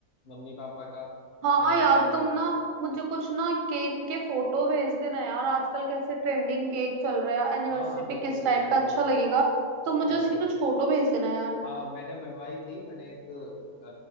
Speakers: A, on the left (about 60°); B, on the right (about 50°).
A: मम्मी पापा का
B: हाँ
A: एनिवर्सरी
B: यार तुम ना
A: का
B: मुझे कुछ ना केक के फोटो भेज देना यार आजकल कैसे ट्रेंडिंग केक चल रहा है एनिवर्सरी
A: हाँ हाँ
B: पे
A: बिल्कुल
B: किस टाइप
A: बिल्कुल
B: का अच्छा
A: बिल्कुल
B: लगेगा तो मुझे
A: बिल्कुल
B: उसकी कुछ फोटो भेज देना यार
A: हाँ मैंने बनवाई थी मैंने एक अ,